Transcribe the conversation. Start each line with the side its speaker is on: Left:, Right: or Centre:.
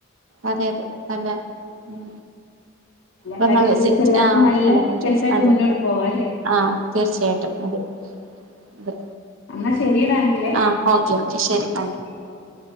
Right: അതെ അതെ നല്ല ഉം
Left: എല്ലാ
Right: <unintelligible>
Left: കാര്യം ശ്രദ്ധിച്ച് എല്ലാർക്കും
Right: ആ <unintelligible>
Left: നല്ല ഹെൽത്തായിട്ട്
Right: അതെ
Left: മുന്നോട്ട് പോവാ അല്ലേ?
Right: ആ തീർച്ചയായിട്ടും അതെ അതെ
Left: എന്നാ ശെരിറാങ്കിലേ
Right: ആഹ് ഓക്കെ ഓക്കെ ശരി
Left: ശെരി
Right: ആ
Left: ഓക്കെ ഓക്കെ